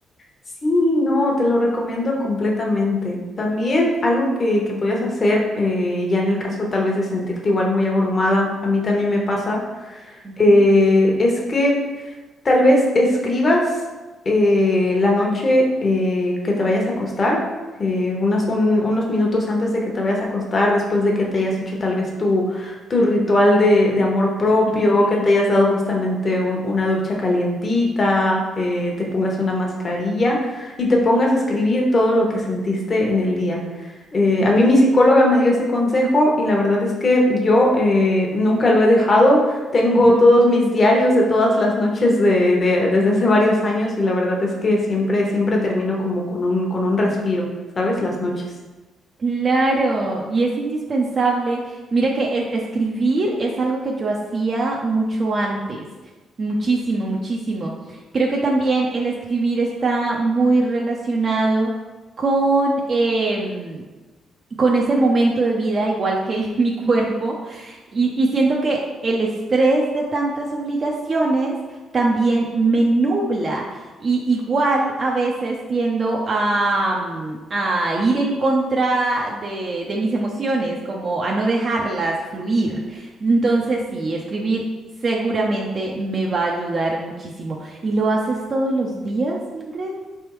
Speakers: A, on the left (about 40°); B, on the right (about 40°).
A: Sí, no, te lo recomiendo completamente. También algo que, que podías hacer, eh, ya en el caso tal vez de sentirte igual muy abrumada, a mí también me pasa,
B: Ujú.
A: eh, es que Tal vez escribas eh, la noche eh, que te vayas a acostar, eh, unas, un- unos minutos antes de que te vayas a acostar, después de que te hayas hecho tal vez tu, tu ritual de, de amor propio,
B: <laughs>
A: que te hayas dado justamente un- una ducha calientita, eh, te pongas una mascarilla y te pongas a escribir todo lo que sentiste en el día. Eh,
B: Ujú.
A: a mí mi psicóloga me dio ese consejo y la verdad es que yo eh, nunca lo he dejado. Tengo
B: <laughs>
A: todos mis diarios de todas las noches de, de- desde hace varios años y la verdad es que siempre, siempre termino como con un, con un respiro, ¿sabes? Las noches.
B: Claro, y es indispensable. Mira que es- escribir es algo que yo hacía mucho antes, muchísimo, muchísimo. Creo que también el escribir está muy relacionado con, em, con ese momento de vida, igual que <laughs> mi cuerpo, y, y siento que el estrés de tantas obligaciones también me nubla. Y igual a veces tiendo a, mm, a ir en contra de, de mis emociones, como a no dejarlas fluir. Entonces sí, escribir seguramente me va a ayudar muchísimo. ¿Y lo haces todos los días, Mildred?